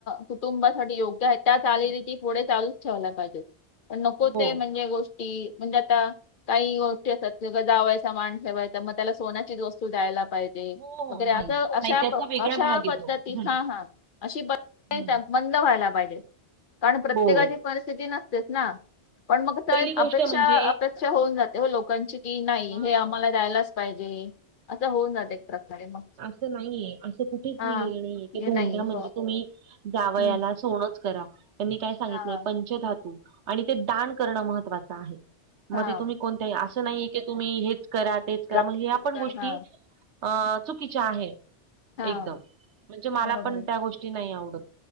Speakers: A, on the left; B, on the right.
A: कुटुंबासाठी योग्य आहे. त्या चालीरीती
B: हम्म.
A: पुढे चालूच ठेवायला पाहिजेत. पण नको
B: हो
A: ते म्हणजे गोष्ट. म्हणजे आता काही गोष्टी असतात. जावायचा मान ठेवायचा मग त्याला, सोन्याचीच वस्तू द्यायला पाहि जे
B: हो हो
A: वगैरे
B: नाही
A: अस अश
B: नाही त्याचा वेगळा
A: अशा
B: भाग येतो
A: पद्धती
B: हम्म
A: हा हा अशी पद्धत.
B: हम्म.
A: बंद व्हायला पाहिजे. कारण प्रत्येकाची
B: हो
A: परिस्थिती नसतेच ना. पण मग कस
B: पहिली
A: अपेक्षा
B: गोष्ट म्हणजे
A: अपे अपेक्षा होऊन जाते. हो लोकांची कि नाही
B: हा
A: हे आम्हाला द्यायलाच पाहिजे. असं होऊन जाते एक प्रकारे मग.
B: ते नाहीेये. असं कुठेच
A: हा
B: लिहिलेलं नाहीये. की
A: हे
B: धोंड्या
A: नाही
B: मध्ये
A: हो.
B: तुम्ही जावयाला
A: हं.
B: सोनंच करा. त्यांनी काय सांगितलंय
A: हा
B: पंचधातू आणि ते दान करणं महत्त्वाचं आहे. मग
A: हा.
B: ते तुम्ही कोण असं नाहीे की तुम्ही हेच करा, तेच करा
A: प्राप्ती
B: म्हणजे ह्या
A: पुरस्कार.
B: पण गोष्टी.
A: हा
B: अं चुकीच्या आहे.
A: हा.
B: एकदम म्हणजे मला
A: बरोबर
B: पण
A: आहे.
B: त्या गोष्टी नाही आवडत.